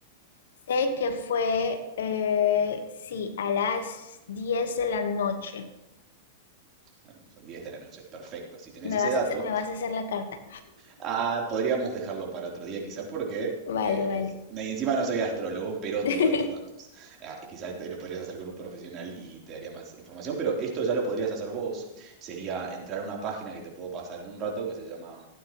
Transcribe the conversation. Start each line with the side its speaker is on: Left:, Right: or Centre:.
Left: Sé que fue, eh, sí, a las 10 de la noche.
Right: Ah, no, Son 10 de la noche. Perfecto. Si tenés
Left: Me
Right: ese
Left: vas
Right: dato,
Left: a, hacer- me vas a hacer la carta.
Right: Ah, podríamos dejarlo para otro día quizá porque
Left: Vale,
Right: eh,
Left: vale.
Right: es- y encima no soy astrólogo, pero
Left: <laughs>
Right: tengo estos datos. Ah, quizá te- lo podrías hacer con un profesional y te daría más información, pero esto ya lo podrías hacer vos. Sería entrar a una página que te puedo pasar en un rato que se llama